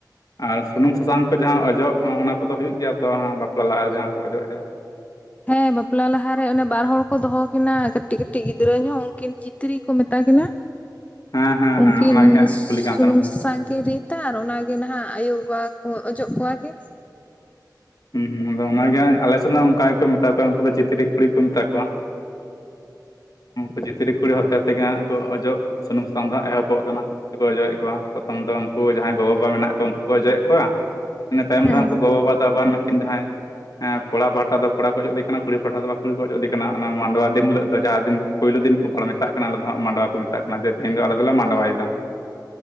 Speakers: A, on the left; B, on the left.
A: ᱟᱨ ᱥᱩᱱᱩᱢ ᱥᱟᱥᱟᱝ ᱠᱚ ᱡᱟᱦᱟᱸ ᱚᱡᱚᱜ, ᱚᱱᱟ ᱠᱚᱫᱚ ᱦᱩᱭᱩᱜ ᱜᱮᱭᱟ ᱛᱚ ᱦᱟᱸᱜ ᱵᱟᱯᱞᱟ ᱞᱟᱦᱟᱨᱮ ᱡᱟᱦᱟᱸ ᱠᱚ ᱚᱡᱚᱜᱼᱮ?
B: ᱦᱮᱸ ᱵᱟᱯᱞᱟ ᱞᱟᱦᱟᱨᱮ ᱚᱱᱮ ᱵᱟᱨ ᱦᱚᱲ ᱠᱚ ᱫᱚᱦᱚ ᱠᱤᱱᱟ ᱠᱟᱹᱴᱤᱡ ᱠᱟᱹᱴᱤᱡ ᱜᱤᱫᱽᱨᱟᱹ ᱧᱚᱜ ᱩᱱᱠᱤᱱ ᱠᱤᱱ᱾ ᱛᱨᱤ ᱠᱚ ᱢᱮᱛᱟ ᱠᱤᱱᱟ,
A: ᱦᱮᱸ ᱦᱮᱸ
B: ᱩᱱᱠᱤᱱ,
A: ᱦᱮᱸ ᱚᱱᱟᱜᱮ ᱦᱟᱸᱜ ᱤᱧ
B: ᱥᱩᱻᱥᱩᱱᱩᱢ
A: ᱠᱩᱞᱤ ᱠᱟᱱ ᱛᱟᱦᱮᱱᱟ
B: ᱥᱟᱥᱟᱝ ᱠᱤᱱ ᱨᱤᱫᱼᱼ ᱛᱟᱨ ᱚᱱᱟᱜᱮ ᱱᱟᱦᱟᱜ ᱟᱭᱳᱵᱟᱵᱟ ᱠᱚ ᱚᱡᱚᱜ ᱠᱚᱣᱟ ᱠᱤᱱ᱾
A: ᱦᱩᱸ ᱦᱩᱸ ᱟᱫᱚ ᱚᱱᱟᱜᱮ ᱦᱟᱸᱜ ᱟᱞᱮᱥᱮᱫ ᱦᱚᱸ ᱚᱱᱠᱟ ᱜᱮᱠᱚ ᱢᱮᱛᱟ ᱠᱚᱣᱟ ᱩᱱᱠᱩ ᱫᱚ ᱪᱤᱛᱨᱤᱼᱼ ᱠᱩᱲᱤ ᱠᱚ ᱢᱮᱛᱟ ᱠᱚᱣᱟ, ᱩᱱᱠᱩ ᱪᱟᱛᱨᱤ ᱠᱩᱲᱤ ᱦᱚᱛᱮ ᱛᱮᱜᱮ ᱦᱟᱸᱜ ᱠᱚ ᱚᱡᱚᱜᱼᱼ ᱥᱩᱱᱩᱢ ᱥᱟᱥᱟᱝ ᱫᱚ ᱦᱟᱸᱜ ᱮᱦᱚᱵᱚᱜ ᱠᱟᱱᱟ ᱠᱚ ᱚᱡᱚᱭᱮᱫ ᱠᱚᱣᱟ ᱯᱨᱚᱛᱷᱚᱢ ᱫᱚ ᱩᱱᱠᱩ ᱡᱟᱦᱟᱸᱭ, ᱜᱚᱜᱚ ᱵᱟᱵᱟ ᱢᱮᱱᱟᱜ ᱠᱚᱣᱟ ᱩᱱᱠᱩ ᱠᱚ ᱚᱡᱚᱭᱮᱫ ᱠᱚᱣᱟᱼᱼ ᱤᱱᱟᱹ ᱛᱟᱭᱚᱢ
B: ᱦᱮᱸ
A: ᱫᱚ ᱦᱟᱸᱜ ᱩᱱᱠᱩ ᱜᱚᱼᱵᱟᱵᱟ ᱫᱚ ᱟᱵᱟᱨ ᱟᱹᱠᱤᱱ ᱡᱟᱦᱟᱸᱭᱼᱼ ᱠᱚᱲᱟ ᱯᱟᱦᱴᱟ ᱫᱚ ᱠᱚᱲᱟ ᱠᱚ ᱚᱡᱚᱜ ᱫᱤᱠᱟᱱᱟ, ᱠᱩᱲᱤ ᱯᱟᱦᱴᱟ ᱫᱚ ᱠᱩᱲᱤ ᱠᱚ ᱚᱡᱚᱜ ᱫᱮ ᱠᱟᱱᱟ ᱚᱱᱟ ᱢᱟᱰᱚᱣᱟ ᱫᱤᱱ ᱦᱤᱞᱳᱜ ᱫᱚ ᱡᱟᱦᱟᱸ ᱫᱤᱱ, ᱯᱳᱭᱞᱳ ᱫᱤᱱᱼᱼ ᱢᱮᱛᱟᱜ ᱠᱟᱱᱟ, ᱟᱞᱮ ᱫᱚ ᱦᱟᱸᱜ ᱢᱟᱰᱚᱣᱟ ᱠᱚ ᱢᱮᱛᱟᱜ ᱠᱟᱱᱟ, ᱡᱮ ᱛᱮᱦᱮᱧ ᱫᱚ ᱟᱞᱮ ᱫᱚᱞᱮ ᱢᱟᱰᱚᱭᱟᱮᱫᱟ᱾